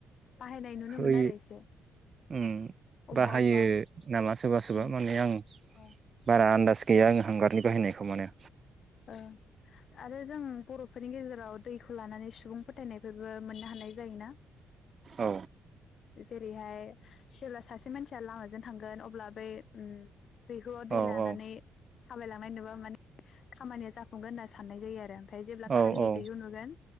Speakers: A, on the left; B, on the right.
A: बाहायनाय नुनो
B: होइ
A: मोनो आरो एसे
B: उम
A: अबबा
B: बाहायो
A: अबबा
B: नामा सोरबा सोरबा
A: उम
B: माने आं
A: ओ
B: बारा आन्दाज गैया आं हांगारनि बाहायनायखौ माने
A: ओ आरो जों बर'फोरनि गेजे राव दैखौ लानानै सुबुं फोथायनायफोरबो मोननो हानाय ज जायोना?
B: औ
A: जेरैहाय सेरबा सासे मानसिया लामाजों थांगोन अब्ला बै उम दैहुआव
B: औ
A: दै
B: औ
A: लानानै थाबायलांनाय नुबा माने खामानिया जाफुंगोन होनना सान्नाय जायो आरो नाथाय जेब्ला
B: औ
A: खालि
B: औ
A: दैहु नुगोन